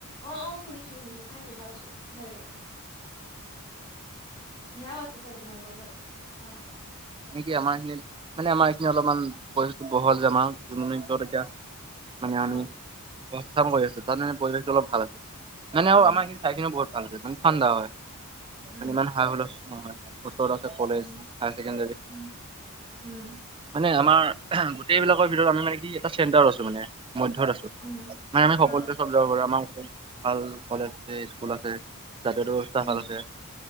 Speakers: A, on the left; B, on the right.
A: অ', অ', শুনিছোঁ শুনিছোঁ, খাইছোঁ, খাইছোঁ, ভাল লাগে। সেয়াও আছে চাগে তোমালোকৰ ঘৰত, অ'।
B: এনে কি আমাৰ এখিনিত মানে আমাৰ এইখিনি অলপমান পৰিস্থিতি বহল যে আমাৰ দুই মিনিটত এতিয়া মানে
A: অ
B: আমি অবস্থান কৰি আছো তাত মানে পৰিৱেশটো অলপ ভাল আছে, মানে আৰু
A: উম
B: আমাৰ ঠাইখিনি বহুত ভাল আছে, মানে ঠাণ্ডা হয়
A: উম
B: মানে ইমান হাই হুলস্থূল নহয়। ওচৰত আছে college
A: um
B: higher secondary.
A: Um um
B: মানে আমাৰ গোটেইবিলাকৰ ভিতৰত আমি মানে কি চেণ্টাৰত আছোঁ মানে মধ্যত আছোঁ।
A: উম
B: আমি মানে <unintelligible>
A: অ
B: চব যাব পাৰে, আমাৰ খুব ভাল কলেজ আছে স্কুল আছে, যাতায়ত ব্যৱস্থা
A: উম
B: ভাল আছে।